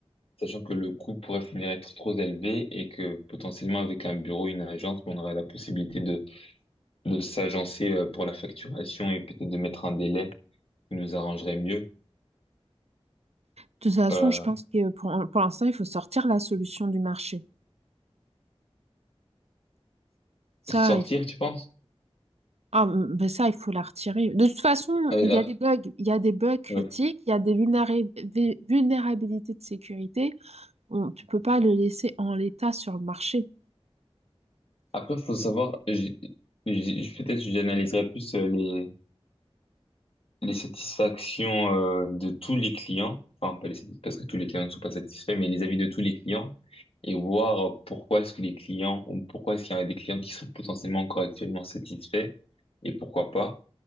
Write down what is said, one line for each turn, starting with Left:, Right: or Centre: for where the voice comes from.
Left: sachant que le coût pourrait finir être trop élevé et que potentiellement avec un bureau, une agence, on aurait la possibilité de, de s'agencer euh, pour la facturation et peut-être de mettre un délai qui nous arrangerait mieux.
Right: De toute façon,
Left: Euh,
Right: je pense que pour, pour l'instant, il faut sortir la solution du marché. Ça,
Left: sortir,
Right: il
Left: tu penses?
Right: ah, ben ça, il faut la retirer. De toute façon,
Left: Euh,
Right: il
Left: là,
Right: y a des bugs, il y a des bugs critiques,
Left: ouais.
Right: il y a des vulnéra- des vulnérabilités de sécurité. On- tu peux pas le laisser en l'état sur le marché.
Left: Après, faut savoir, j- j- j- peut-être j'analyserai plus euh, les, les satisfactions euh, de tous les clients, enfin pas les satis- parce que tous les clients ne sont pas satisfaits, mais les avis de tous les clients et voir pourquoi est-ce que les clients ou pourquoi est-ce qu'il y a des clients qui sont potentiellement encore actuellement satisfaits et pourquoi pas